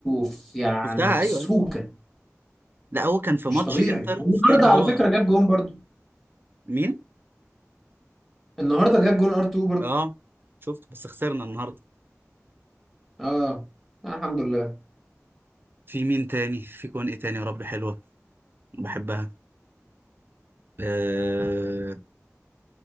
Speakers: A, in the centre; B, on the right.
A: في يعني
B: شفتها
A: في
B: ايوه
A: السوكه
B: لا هو كان في
A: مش
B: ماتش
A: طبيعي
B: انتر
A: والنهارده
B: في اللي
A: على
B: هو
A: فكره جاب جون برضو
B: مين
A: النهارده جاب جون ار2 برضو
B: اه شفت بس خسرنا النهارده
A: اه آه، الحمد لله
B: في مين تاني في جون ايه تاني يا رب حلوه بحبها آه...